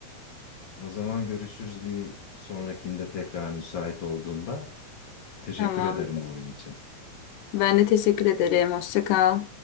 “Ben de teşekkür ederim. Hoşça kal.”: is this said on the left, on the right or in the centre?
Left